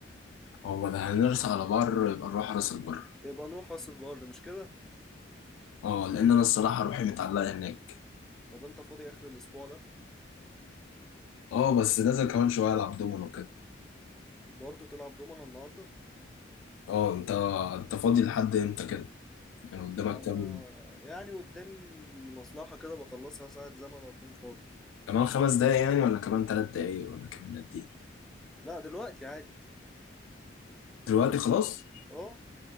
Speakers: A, on the left (about 85°); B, in the centre.
A: هو ده هنرس على بر يبقى نروح راس البر
B: يبقى نروح راس البر مش كده
A: اه لان انا الصراحه روحي متعلقه هناك
B: طب انت فاضي اخر الاسبوع ده
A: اه بس نازل كمان شويه العب دومينو كده
B: برضه تلعب دومنا النهارده
A: اه انت انت فاضي لحد امتى كده يعني قدامك
B: انا
A: كام
B: يعني قدامي مصلحه كده بخلصها ساعه زمن واكون فاضي
A: كمان خمس دقايق يعني ولا كمان ثلاث دقايق ولا كمان قد ايه
B: لا دلوقتي عادي
A: دلوقتي خلاص
B: اه